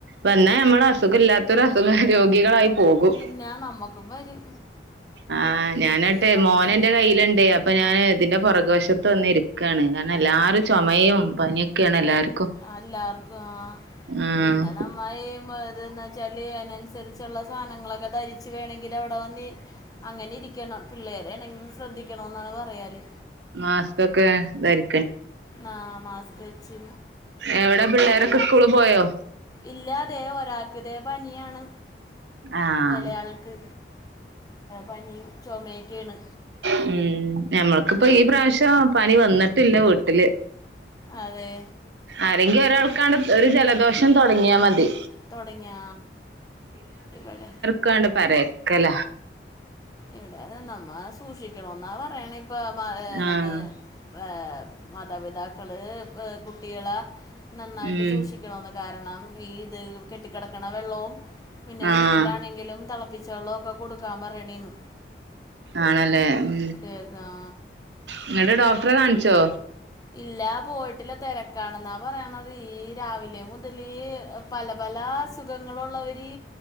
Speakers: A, on the right; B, on the left.
A: വന്നാ നമ്മള് അസുഖം ഇല്ലാത്തരു അസുഖ രോഗികളായി പോകും
B: പിന്നെ നമ്മക്കും വരും
A: ആഹ് ഞാനട്ടെ
B: ഇപ്പ ഈ നമ്മ
A: മോന്
B: ചെല്ലുമ്പോ
A: ന്റെ കയ്യില്ണ്ടേ അപ് അപ്പൊ ഞാൻ ഇതിന്റെ പോറക് വശത്ത് വന്ന് ഇരിക്യാണ് കാരണം എല്ലാവരും ചുമയും പനിയൊക്കെയാണ് എല്ലാർക്കും
B: എല്ലാർക്കും ആഹ്
A: ആഹ്
B: പിന്നെ നമ്മ ഈ <unintelligible> ച്ചാല് അതിനനുസരിച്ച്ള്ള സാധനങ്ങളൊക്കെ ധരിച്ച് വേണമെങ്കിൽ അവിടെ വന്ന് അങ്ങനെ ഇരിക്കണം പിള്ളേരെേണെങ്കിലും ശ്രദ്ധിക്കണോന്നാണ് പറയാല്
A: മാസ്ക്ക്കോക്കെ ധരി
B: ആഹ് മാസ്ക് വെച്ച്
A: എവിടെ പിള്ളേരൊക്കെ സ്കൂള് പോയോ
B: ഇല്ലാ തെ ഒരാക്ക്തെ പനിയാണ്
A: ആഹ്
B: ഇളെയാൾക്ക് പനി ചുമയൊക്കെണ്
A: ഉം ഞമ്മക്കിപ്പോ ഈ പ്രാവശ്യം പനി വന്നിട്ടില്ല വീട്ടില്
B: അതെ
A: ആരെങ്കി ഒരാൾക്കാണ്
B: എവിടെ
A: ഒരു ജലദോഷം തോടങ്ങിയാ മതി
B: തോടങ്ങി ഇവടെ
A: ക്കണ്ട് പരക്കല
B: ഇവിടെന്ന് നമ്മ സൂക്ഷിക്കണോന്നാ പറയ്ണെ ഇപ്പൊ <unintelligible>
A: ആഹ്
B: ഏ മാതാപിതാക്കള് കുട്ടികളെ നന്നായിട്ട്
A: ഉം
B: സൂക്ഷി ക്കണോന്ന് കാരണം ഈ ത് കെട്ടിക്കെടക്ക്ണ വെള്ളവും പിന്നെ
A: ആഹ്
B: വീട്ടിലാണെങ്കിലും തെളപ്പിച്ച വെള്ളം ഒക്കെ കൊട്ക്കാൻ പറയണേന്ന്
A: ആണ് ലേ ഉം
B: കുട്ടികൾക്ക് ആ.
A: ഇന്നെട്ട് ഡോക്ടറെ കാണിച്ചോ
B: ഇല്ല പോയിട്ടില്ല തെരക്കാണ്ന്നാ പറയ്ണത് ഈ രാവിലെ മുതല് പല പല അസുഖങ്ങള് ഉള്ളവര്